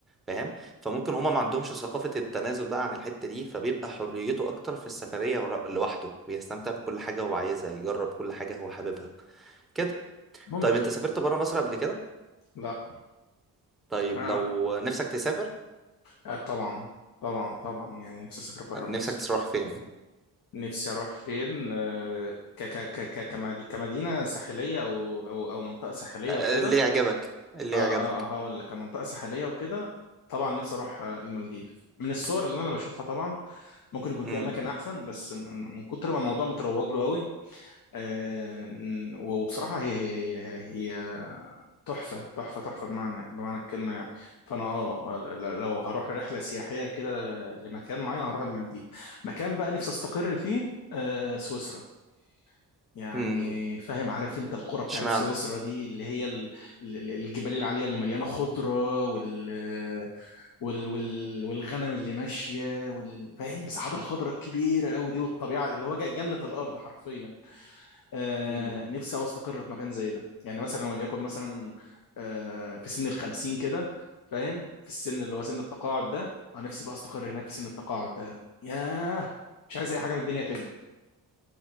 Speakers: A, in the centre; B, on the left (about 65°).
A: فاهم فممكن هما ما عندهمش ثقافة التنازل بقى عن الحتة دي فبيبقى حريته اكتر في السفرية ورا- لوحده بيستمتع بكل حاجة هو عايزها يجرب كل حاجة هو حاببها كده
B: ممكن
A: طيب انت سافرت بره مصر قبل كده
B: لا
A: طيب
B: اه
A: لو نفسك تسافر
B: آه، طبعا طبعا طبعا يعني نفسي اسافر بره
A: نفسك
B: مصر
A: تروح فين
B: نفسي اروح فين آه، ك ك ك ك- كمدي- كمدينه ساحليه او او او منطقه ساحليه
A: اللي
B: وكده
A: يعجبك اللي
B: اه
A: يعجبك
B: اه آه، هقول لك كمنطقة ساحلية وكده طبعا نفسي اروح آه، المالديف من الصور اللي انا بشوفها طبعا ممكن يكون في
A: امم
B: اماكن احسن بس من من كتر ما الموضوع متروج له قوي آه وبصراحة هي هي هي هي, هي تحفة تحفة تحفة بمعنى بمعنى الكلمة يعني فانا اه ل- لو هروح رحلة سياحية كده لمكان معين هروح المالديف مكان بقى نفسي استقر فيه آه سويسرا يعني
A: امم
B: فاهم عارف انت القرى بتاعت
A: اشمعنى
B: سويسرا دي اللي هي ال- ال- الجبال العالية اللي مليانة خضرة وال وال وال والغنم اللي ماشية وال فاهم مساحات الخضرة الكبيرة قوي دي والطبيعة اللي هو ج- جنة الأرض حرفيا آه
A: مم.
B: نفسي أوي أستقر في مكان زي ده يعني مثلا وليكن مثلا آه في سن الخمسين كده فاهم في السن اللي هو سن التقاعد ده أنا نفسي بقى أستقر هناك في سن التقاعد ده ياه مش عايز أي حاجة من الدنيا تاني